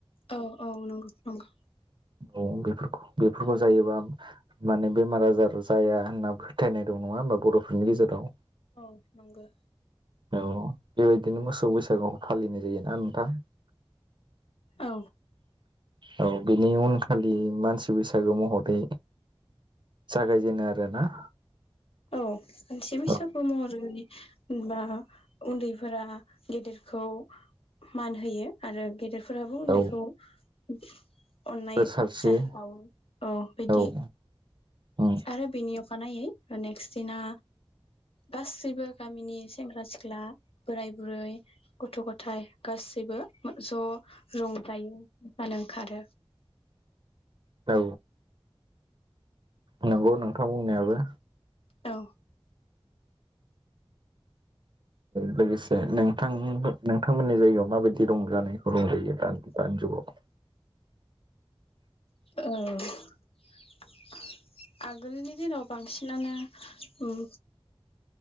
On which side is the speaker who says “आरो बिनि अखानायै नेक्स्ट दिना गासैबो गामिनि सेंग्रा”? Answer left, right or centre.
Left